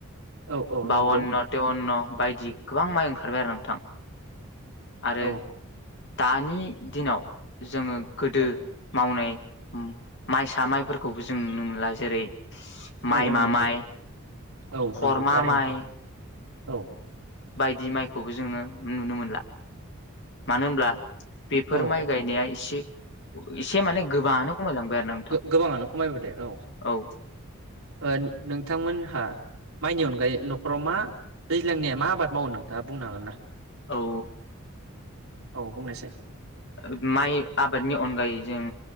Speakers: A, on the right; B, on the left.
A: औ औ नंगौ
B: बउन्न' तेवन्न' बायदि गोबां माइ ओंखारबाय आरो नोंथां आरो
A: औ
B: दानि दिनाव जोङो गोदो
A: औ
B: मावनाय ओ माइसा माइफोरखौबो जों नुनो मोनला जेरै
A: औ
B: माइमा
A: औ नंगौ
B: माइ
A: औ
B: खरमा
A: नंगौ थारैनो
B: माइ
A: औ ओ
B: बायदि माइखौबो जोङो नुनो मोनला मानो होनब्ला बेफोर
A: औ
B: माइ गायनाया एसे एसे माने गोबाङानो खमायलांबाय आरोना नोंथां
A: गोबाङानो खमायबोदो औ
B: औ
A: ओ नोंथांमोनहा माइनि अनगायै नखराव मा दैज्लांनि मा आबाद मावो नोंथाङा बुंनो हागोन ना
B: औ
A: औ बुंनायसाय
B: औ ओ माइ आबादनि अनगायै जों